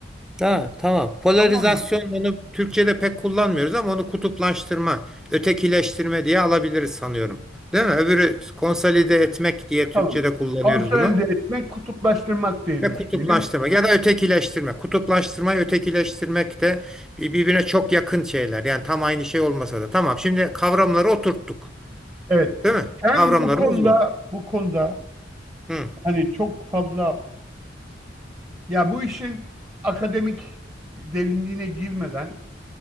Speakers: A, in the centre; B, on the right (about 20°).
A: Ha, tamam. Polarizasyon
B: Tamam mı?
A: onu Türkçe'de pek kullanmıyoruz ama onu kutuplaştırma, ötekileştirme diye alabiliriz sanıyorum. Değil mi? Öbürü konsolide
B: Olabilir.
A: etmek diye Türkçe'de
B: Tamam.
A: kullanıyoruz
B: Konsolide
A: bunu.
B: etmek, kutuplaştırmak diye
A: Ve
B: düşünelim.
A: kutuplaştırma ya da ötekileştirme. Kutuplaştırmayı ötekileştirmek de bir- birbirine çok yakın şeyler. Yani tam aynı şey olmasa da. Tamam. Şimdi kavramları oturttuk.
B: Evet.
A: Değil mi?
B: Sen
A: Kavramlarımız
B: bu konuda
A: bu.
B: bu konuda
A: Hı.
B: hani çok fazla ya bu işin akademik derinliğine girmeden